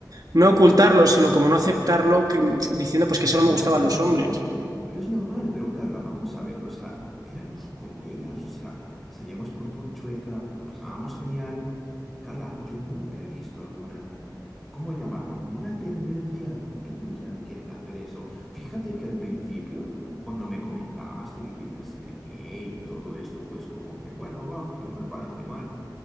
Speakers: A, in the centre; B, on the right.
A: Vale,
B: no ocultarlo, sino como no aceptarlo, que, diciendo pues que solo
A: Carla,
B: me gustaban
A: es normal,
B: los hombres.
A: pero es normal, pero Carla, vamos a ver, o sea, éramos colegas, o sea, salíamos por Porchueca, lo pasábamos genial. Carla, yo nunca he visto alguna, ¿cómo llamarlo? Como una tendencia tuya a querer hacer eso. Fíjate que al principio, cuando me comentaste que querías ser gay y todo esto, pues como que, bueno, va, pues no me parece mal.